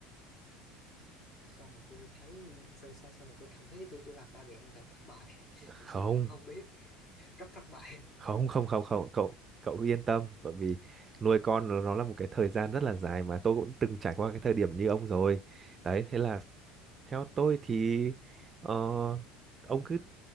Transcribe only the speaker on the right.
Không,
không không không không cậu cậu cứ yên tâm bởi vì nuôi con nó, nó là một cái thời gian rất là dài mà tôi cũng từng trải qua cái thời điểm như ông rồi đấy thế là theo tôi thì ờ, ông cứ